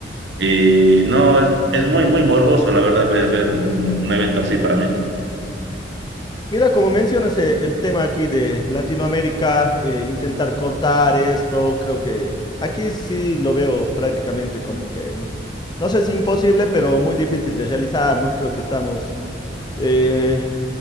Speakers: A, on the right; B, on the left.
A: Y no, es, es muy, muy morboso, la verdad, ver, ver un, un evento así para mí.
B: Mira, como mencionas eh, el tema aquí de Latinoamérica, eh, intentar cortar esto, creo que aquí sí lo veo prácticamente como que, n- no sé si imposible, pero muy difícil de realizar, ¿no? Creo que estamos, eh,